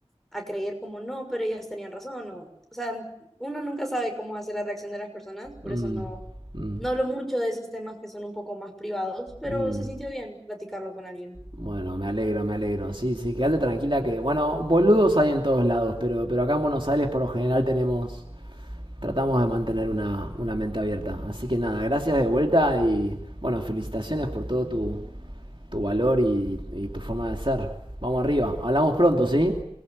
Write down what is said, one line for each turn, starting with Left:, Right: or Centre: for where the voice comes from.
Centre: a creer como no, pero ellos tenían razón o, o sea, uno nunca sabe cómo hacer la reacción de las personas, por
Right: Mm,
Centre: eso no,
Right: mm,
Centre: no hablo mucho de esos temas que son un poco más privados, pero
Right: mm.
Centre: se sintió bien platicarlo con alguien.
Right: Bueno, me alegro, me alegro. Sí, sí, quédate tranquila que, bueno, boludos hay en todos lados, pero, pero acá en Buenos Aires por lo general tenemos... tratamos de mantener una, una mente abierta. Así que nada, gracias de vuelta y bueno, felicitaciones por todo tu, tu valor y, y tu forma de ser. Vamos arriba, hablamos pronto, ¿sí?